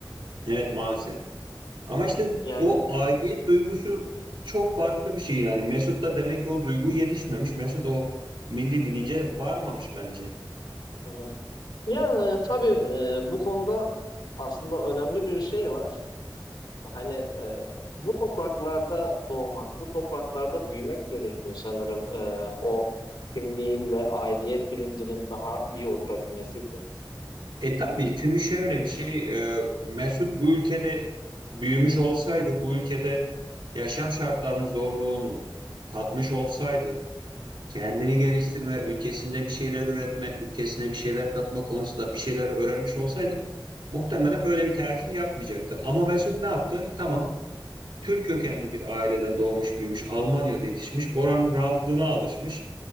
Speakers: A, on the right (about 85°); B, on the left (about 85°).
A: Evet maalesef. Ama işte
B: Yani
A: o aidiyet duygusu çok farklı bir şey yani. Mesut da demek ki o duygu yetişmemiş. Mesut o milli bilince varmamış bence.
B: Hı hı. yani tabii e, bu konuda aslında önemli bir şey var. Hani e, bu topraklarda doğmak, bu topraklarda büyümek gerekiyor sanırım e, o kimliğin ve aidiyet bilincinin daha iyi oturabilmesi için.
A: E tabii çünkü şöyle bir şey e, Mesut bu ülkede büyümüş olsaydı bu ülkede yaşam şartlarının zorluğunu tatmış olsaydı kendini geliştirme, ülkesinde bir şeyler üretme, ülkesine bir şeyler katma konusunda bir şeyler öğrenmiş olsaydı muhtemelen böyle bir tercih yapmayacaktı. Ama Mesut ne yaptı? Tamam Türk kökenli bir aileden doğmuş büyümüş, Almanya'da yetişmiş, oranın rahatlığına alışmış.